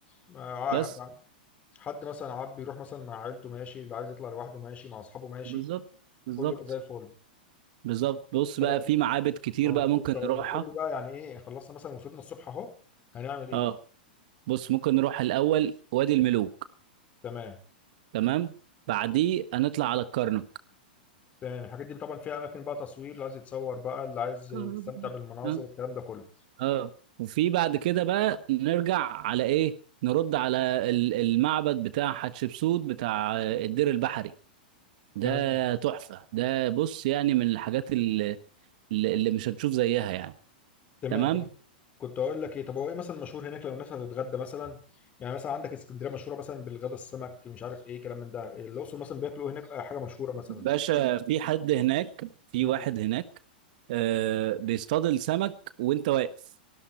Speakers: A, on the left; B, on the right.
A: مع-
B: بس
A: يعني حد مثلا عاب يروح مثلا مع عيلته ماشي اللي عايز يطلع لوحده ماشي مع اصحابه ماشي
B: بالظبط بالظبط
A: كله يبقى زي الفل
B: بالظبط بص
A: خلاص
B: بقى في معابد كتير
A: اه
B: بقى
A: كنت
B: ممكن
A: لسه
B: نروحها
A: اقول لك قول لي بقى يعني ايه خلصنا مثلا وصلنا الصبح اهو هنعمل ايه
B: اه
A: بقى
B: بص ممكن نروح الاول وادي الملوك
A: تمام
B: تمام بعديه هنطلع على الكرنك
A: تمام الحاجات دي طبعا فيها اماكن بقى تصوير اللي عايز يتصور بقى اللي عايز يستمتع
B: <laughs>
A: بالمناظر
B: اه آه.
A: الكلام ده كله
B: اه وفي بعد كده بقى نرجع على ايه نرد على ال- المعبد بتاع حتشبسوت بتاع آه، الدير البحري ده
A: تمام
B: تحفة ده بص يعني من الحاجات اللي, اللي اللي مش هتشوف زيها يعني
A: تمام
B: تمام
A: تمام. كنت اقول لك ايه طب هو ايه مثلا مشهور هناك لو الناس هتتغدى مثلا يعني مثلا عندك اسكندريه مشهوره مثلا بالغدا السمك مش عارف ايه كلام من ده الاقصر مثلا بياكلوا إيه هناك آه، حاجه مشهوره مثلا
B: باشا في حد هناك في
A: امم
B: واحد هناك آه بيصطاد السمك وانت واقف